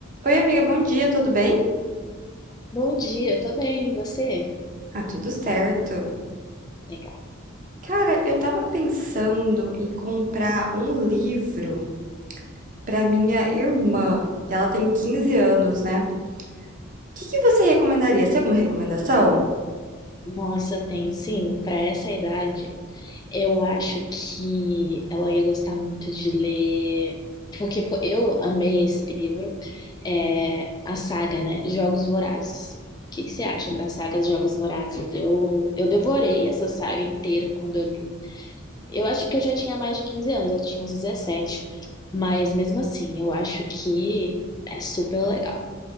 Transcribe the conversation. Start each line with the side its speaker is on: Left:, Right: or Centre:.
Right: Oi, amiga, bom dia, tudo bem?
Left: Bom dia, tô bem, e você?
Right: Ah, tudo certo.
Left: Legal.
Right: Cara, eu tava pensando em comprar um livro pra minha irmã. Ela tem 15
Left: Uhum.
Right: anos, né? O que que você recomendaria? Você tem alguma recomendação?
Left: Nossa, eu tenho sim, para essa idade, eu acho que ela ia gostar muito de ler, porque fo- eu amei esse livro, é, a saga, né? Jogos Vorazes. O que que você acha da saga dos Jogos Vorazes? Eu, eu devorei essa saga inteira quando eu li. Eu acho que eu já tinha mais de 15 anos, já tinha uns 17, mas mesmo assim, eu acho que é super legal